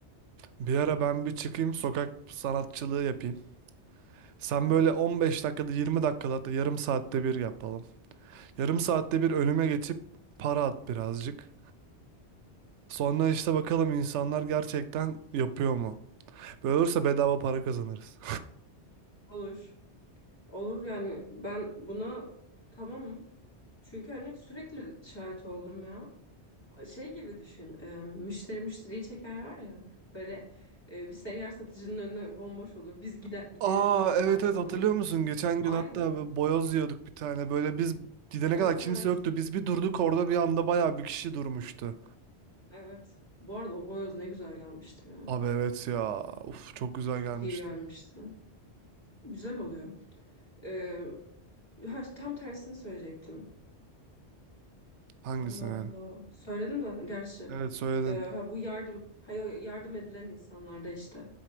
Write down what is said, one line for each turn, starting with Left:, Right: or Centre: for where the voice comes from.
Right: Bir ara ben bir çıkayım sokak sanatçılığı yapayım. Sen
Left: Tamam.
Right: böyle 15 dakikada 20 dakikada hatta yarım saatte bir yapalım. Yarım saatte
Left: Tamam.
Right: bir önüme geçip para at birazcık. Sonra işte bakalım insanlar gerçekten yapıyor mu? Böyle olursa bedava para kazanırız.
Left: Olur. Olur yani ben buna tamamım. Çünkü hani sürekli şahit oldum ya. Şey gibi düşün. e, müşteri müşteriyi çeker var ya. Böyle e, bir seyyar satıcının önü bomboş olur. Biz gider,
Right: <laughs>
Left: gideriz
Right: Aa
Left: ve dolar
Right: evet evet
Left: falan.
Right: hatırlıyor musun? Geçen
Left: Aynı.
Right: gün hatta bir boyoz yiyorduk bir tane. Böyle biz gidene
Left: Evet
Right: kadar kimse
Left: evet.
Right: yoktu. Biz bir durduk orada bir anda bayağı bir kişi durmuştu.
Left: Evet. Bu arada o boyoz ne güzel gelmişti ya.
Right: Abi evet ya. Uf çok güzel
Left: Çok
Right: gelmişti.
Left: iyi gelmişti. Güzel oluyor. E, ha, tam tersini söyleyecektim.
Right: Hangisi
Left: Allah Allah.
Right: yani?
Left: Söyledim zaten gerçi.
Right: Evet söyledin.
Left: Ee, ha, bu yardım hayo, yardım edilen insanlarda işte